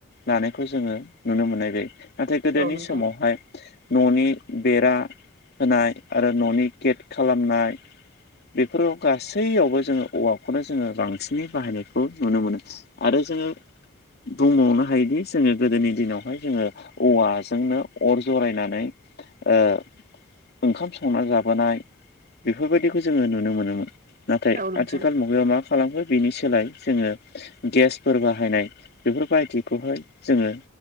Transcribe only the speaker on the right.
औ नोंथां
औ नोंथां
औ नोंथां